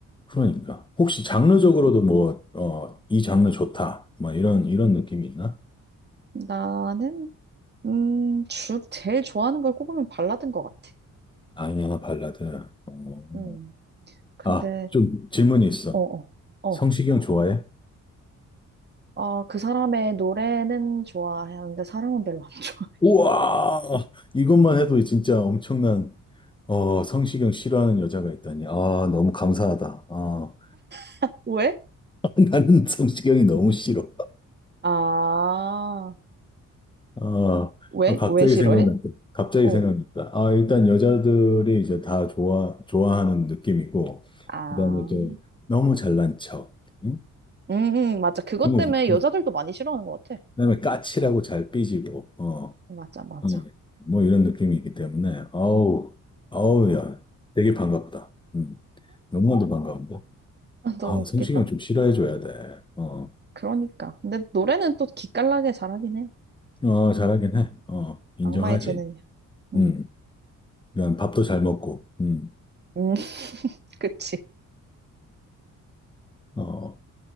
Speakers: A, on the left (about 15°); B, on the right (about 35°).
A: 그러니까. 혹시 장르적으로도
B: 음.
A: 뭐, 어, 이 장르 좋다. 뭐, 이런, 이런 느낌이 있나?
B: 나는, 음, 주, 제일 좋아하는 걸 꼽으면 발라드인 것 같아.
A: 아니야, 발라드. 어, 뭐.
B: 음. 근데,
A: 아, 좀 질문이 있어.
B: 어, 어, 어.
A: 성시경 좋아해?
B: 아, 그 사람의 노래는 좋아하는데 사람은 별로 안 좋아.
A: 우와! 이것만 해도 진짜 엄청난, 어, 성시경 싫어하는 여자가 있다니. 아, 너무 감사하다. 아,
B: <laughs> 왜?
A: <laughs> 나는 성시경이 너무 싫어.
B: 아,
A: 아,
B: 왜?
A: 아, 갑자기
B: 왜 싫어해?
A: 생각났다. 갑자기
B: 어.
A: 생각났다. 아, 일단 여자들이 이제 다 좋아, 좋아하는 느낌이고,
B: 아,
A: 그다음에 이제 너무 잘난 척, 응?
B: 음, 음, 맞아. 그것
A: 그리고
B: 때문에 여자들도 많이 싫어하는 것 같아.
A: 그다음에 까칠하고 잘 삐지고, 어,
B: 맞아, 맞아.
A: 어, 뭐 이런 느낌이기 때문에, 아우, 아우, 야, 되게 반갑다. 음, 너무나도 반가운데.
B: 아,
A: 아,
B: 너무 웃기다.
A: 성시경 좀 싫어해줘야 돼. 어,
B: 그러니까. 근데 노래는 또 기깔나게 잘하긴 해.
A: 응. 어, 잘하긴 해. 어, 인정하지.
B: 악마의 재능이야. 응.
A: 음, 그냥 밥도 잘 먹고, 음.
B: 음, <laughs> 그치.
A: 어,